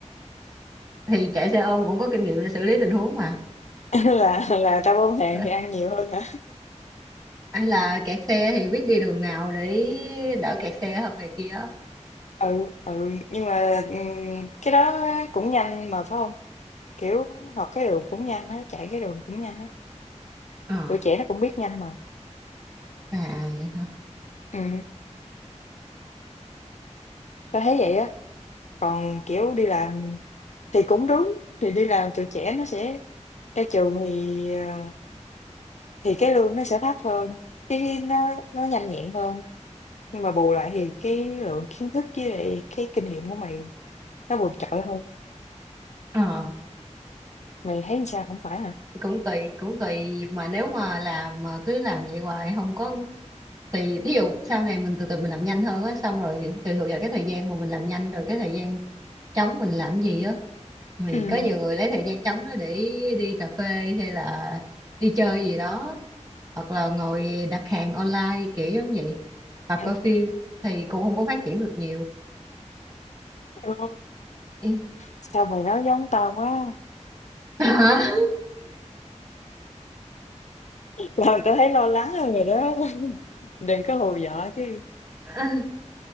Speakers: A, on the right (about 30°); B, on the left (about 70°).
A: thì chạy xe ôm cũng có kinh nghiệm để xử lý tình huống mà
B: <laughs> Là là tao ôm hàng
A: Ờ,
B: thì ăn nhiều hơn hả?
A: hay là kẹt xe thì biết đi đường nào để đỡ kẹt xe hơn này kia
B: Ừ, ừ, nhưng mà, ừm, cái đó á cũng nhanh mà, phải hông? Kiểu, học cái đường cũng nhanh á, chạy cái đường cũng nhanh á,
A: Ờ,
B: tụi trẻ nó cũng biết nhanh mà.
A: à vậy hả?
B: Ừm, tao thấy vậy á, còn, kiểu, đi làm thì cũng đúng, thì đi làm tụi trẻ nó sẽ ra trường thì, ờ Thì cái lương nó sẽ thấp hơn, cái nó nó nhanh nhẹn hơn, nhưng mà bù lại thì cái lượng kiến thức với lại cái kinh nghiệm của mày nó vượt trội hơn.
A: Ờ,
B: Mày thấy sao, không phải hả?
A: cũng tùy cũng tùy mà nếu mà làm mà cứ làm vậy hoài không có thì thí dụ sau này mình từ từ mình làm nhanh hơn á xong rồi tùy thuộc vào cái thời gian mà mình làm nhanh rồi cái thời gian trống mình làm gì á thì
B: Ừm,
A: có nhiều người lấy thời gian trống đó để đi cà phê hay là đi chơi gì đó hoặc là ngồi đặt hàng online kiểu giống vậy hoặc
B: ừm.
A: coi phim thì cũng không có phát triển được nhiều
B: Ồ,
A: Ừ.
B: sao mày nói giống tao quá,
A: <laughs>
B: làm tao thấy lo lắng hơn rồi đó. <laughs> Đừng có hù dọa chứ.
A: Hả?